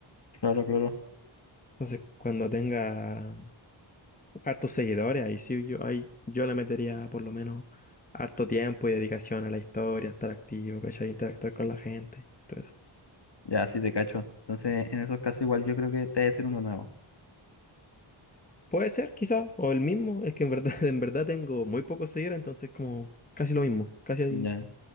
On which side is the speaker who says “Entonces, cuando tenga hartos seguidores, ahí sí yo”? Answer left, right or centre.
Left